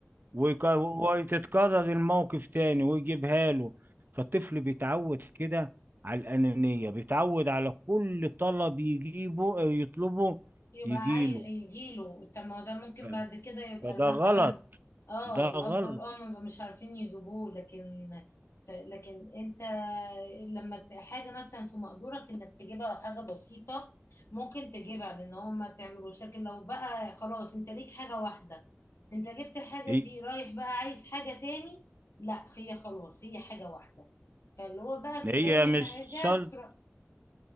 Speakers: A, on the right; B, on the left.
A: ويك- وتتكرر الموقف تاني ويجيبها له فالطفل بيتعود كده على الأنانية بيتعود على كل طلب يجيبه أو يطلبه
B: يبقى
A: يجيله
B: عاي... يجيله طب ما هو ده ممكن
A: ف-
B: بعد كده يبقى
A: فده
B: مثلا
A: غلط
B: اه
A: ده
B: الاب
A: غلط
B: والام يبقى مش عارفين يجيبوه لكن ف... لكن انت لما ت- حاجه مثلا في مقدورك انك تجيبها حاجه بسيطه ممكن تجيبها لان هو ما تعملوش لكن لو بقى خلاص انت ليك حاجه واحده انت جبت الحاجه
A: هي
B: دي رايح بقى عايز حاجه تاني لا هي خلاص هي حاجه واحده فاللي هو بقى في
A: هي
B: تاني
A: مش
B: حاجه
A: شرط
B: تروح